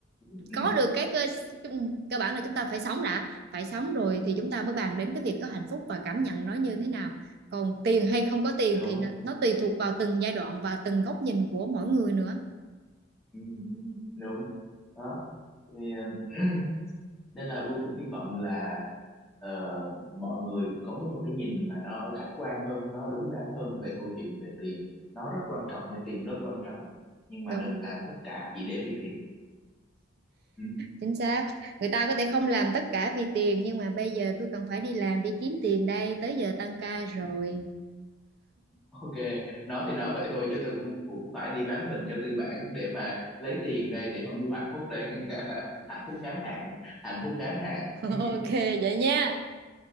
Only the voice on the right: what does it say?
có được cái cơ cơ bản là chúng ta phải sống đã phải sống rồi thì chúng ta mới bàn đến cái việc có hạnh phúc và cảm nhận nó như thế nào còn tiền hay không có tiền
thì nó, nó tùy thuộc vào từng giai đoạn và từng góc nhìn của mỗi người nữa
đúng
chính xác người ta có thể không làm tất cả vì tiền nhưng mà bây giờ tôi cần phải đi làm đi kiếm tiền đây tới giờ tăng ca rồi
<laughs>
ok vậy nha